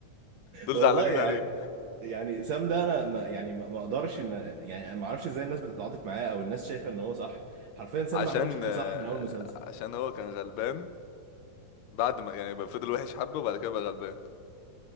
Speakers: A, on the left; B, on the right.
A: دول
B: والله
A: زعلانين
B: يعني
A: عليه
B: يعني سام ده انا ما يعني ما ما اقدرش ان يعني ما اعرفش ازاي الناس بتتعاطف معاه او الناس شايفه ان هو صح حرفيا سام
A: عشان
B: ما عملش حاجه
A: آه،
B: صح من اول مسلسل
A: عشان هو كان غلبان بعد ما يعني بقى فضل وحش حبة وبعد كده بقى غلبان